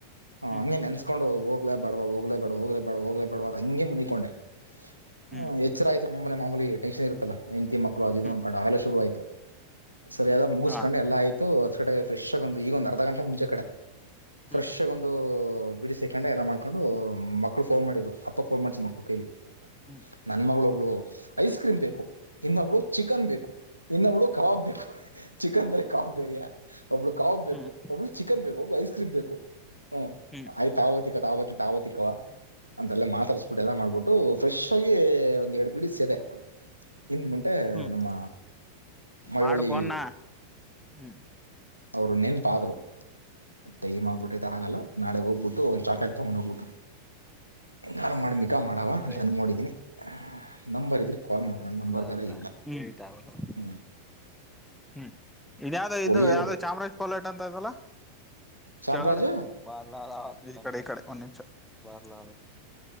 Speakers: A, on the right; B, in the centre.
A: ಅವು
B: ಹ್ಮ್
A: ಹಂಗೆ ನೆನಸ್ಕೊ ಕೊಂಡ ಹೋಗ್ಲೇ ಬೇಡಾ ಹೋಗ್ಲೇ ಬೇಡ ಹೋಗಲೇವಾ ಹೋಗಲೇ ಬೇಡಾ ಅ ಹಂಗೆ ಮನಕೊಂಡೆ
B: ಹ್ಮ್
A: ಎ <unintelligible> ಆಯಿತು ಮಾಮುಲಿ ಮಾಮುಲಿ ಟೆನ್ಸನ ಇರುತ್ತಲ್ಲಾ ಹೆಂಡ್ತಿ ಮಕ್ಕಳು ಅದು
B: ಹ್ಮ್
A: ಅಂದನ್ಕೊಂಡು ಅವೆಲ್ಲಾ ಸುರುವಾಯ್ತು ಸರಿ ಅದ ಮುಗಿಸ್ಕೊಂಡು
B: ಹಾ
A: ಎಲ್ಲಾ ಆಯ್ತು. ಹೊ ಕಡೆ ಫ್ರೆಶ್ ಆಗ ಒಂದು ಈಗ ಒಂದು ಅರ್ಧ ಗಂಟೆ ಮುಂಚೆ ಕಡೆಫ್ರೆಶ್
B: ಹ್ಮ್
A: ಆಗ ಒಂದು ಬಿಡಿಸಿ ಸೆಕಂಡ ಎಲ್ಲ ಮಾಡ್ಕೊಂಡು ಮಕ್ಕಳು ಫೋನ್ ಮಾಡರು ಅಪ್ಪ ಫೋನ್ ಮಾಡಸಿದ್ ಮಕ್ಕಳು ಕೈಲಿ
B: ಹುಂ
A: ನನ್ ಮಗಳು ಒಬ್ಳು ಐಸ್ ಕ್ರೀಮ್ ಬೇಕು, ಇನ್ನೊಬ್ಳು ಚಿಕನ್ ಬೇಕು, ಇನ್ನೊಬ್ಳು ಕಬಾಬ್ ಬೇಕು, ಚಿಕನ್ಂದ್ರೆ ಕಾವ
B: ಹ್ಮ್
A: ಬೇರಯಾ ಒಬ್ಬಳು ಕಾವ ಬೇಕು
B: ಹ್ಮ್
A: ಒಬ್ಳು- ಚಿಕನ್ ಬೇಕು ಒಬ್ಬಳ ಐಸ್ ಕ್ರೀಮ್ ಬೇಕು ಹಾ
B: ಹುಂ
A: ಯ್ ಆವೋತಿಕ ತಾವ ಆವತಿಕವ ಅಂತೆ ಎಲ್ಲ ಮಾತಾಡ್ಸಿ ಬೀಟ್ಟು ಎಲ್ಲಾ ಮಾಡ್ಬಿಟ್ಟು ಫ್ರೆಶ್ ಆಗಿ ಒಂದ್ ಎರಡು ಬಿಡಿ ಸೆದೆ ಹಿಂದ ಗುಟೆ
B: ಹ್ಮ್
A: ನಮ್ಮ ಮಳವಳ್ಳಿ
B: ಮಾಡು ಫೋನ್ನ ಹ್ಮ್
A: ಅವರು ನೆನ್ಪಾದ್ರು ಟೈಮ್ ಆಗ್ಬಿಟ್ಟೈತೆ ಆ ಹಾಗಲ್ಲಾ ನಾಳೆ ಹೋಗ್ ಬಿಟ್ಟು ಒಂದು ಚಾಕ್ಲೇಟ್ ತಗೊಂಡ್ ಹೋಗ್ಬಿಟ್ಟು ಹೆಂಗಾರು
B: <unintelligible> ಇಲ್ ಹದ
A: ಮಾಡಿ ಮಿಕಾ ಮಾಡವ
B: ಅದ
A: ಅಂತ ಅನ್ಕೊಂಡಿದೀನಿ ನಂಬರ್ ಇದ್ರೆ ಕಾಲ್ ಮಾಡೋಣ ನಂಬರ್
B: ಆದು
A: ಬೇರೆ ಇಲ್ಲ ಹ್ಮ್
B: ಹುಂ ಇದ್ಯಾವ ಇದು
A: ಒಳ್ಳೆ
B: ಯಾವ್ದ
A: ಹುಡ್ಗಿ
B: ಚಾಮರಾಜ ಪೋಲಾಟ ಅಂತ ಇದಲ್ಲಾ
A: ಚಾಮರಾಜು
B: ಕೆಳಗಡೆ ಬಲ ಈ ಕಡೆ ಈ ಕಡೆ ಒಂದ್ ನಿಮಷ ಬಾರ್ಲ